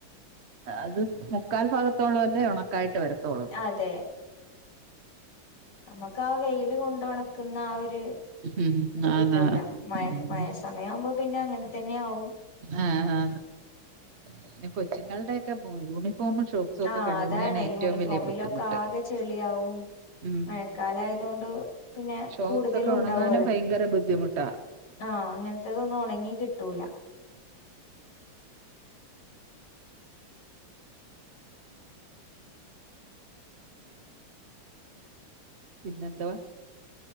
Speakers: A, on the right; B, on the left.
A: അത് മുക്കാൽ ഭാഗത്തോളം അല്ലേ ഒണക്കായിട്ട് വരത്തൊള്ളു
B: അതെ. അമ്മക്ക് ആ വെയില് കൊണ്ടൊണക്കുന്ന ആ ഒരു
A: ഉം.
B: ഇത്
A: ആന്ന്.
B: കിട്ടൂല്ല
A: ഉം.
B: മഴ സമയാവുമ്പോ പിന്നെങ്ങനെ തന്ന്യാവും.
A: ആഹ് ഹാ പിന്നെ കൊച്ച്ങ്ങള്ടെ ഒക്കെ യൂണിഫോമ് ഷോ സു ഒക്കെ
B: ആഹ്
A: കഴുകുന്നേണ്
B: അതാണ്
A: ഏറ്റവും
B: യൂണിഫോമിലൊക്കെ
A: വലിയ ബുദ്ധിമുട്ട്.
B: ആകെ ചെളിയാവും
A: ഉം
B: മഴക്കാലായതുകൊണ്ട് പിന്നെ
A: ഷോക്സൊക്കെ
B: കൂടുതലും ഉണ്ടാവുമല്ലോ
A: ഒണങ്ങാനും ഭയങ്കര ബുദ്ധിമുട്ടാ.
B: ആഹ് അങ്ങൻത്തതൊന്നും ഒണങ്ങി കിട്ടൂല.
A: പിന്നെന്തുവാ?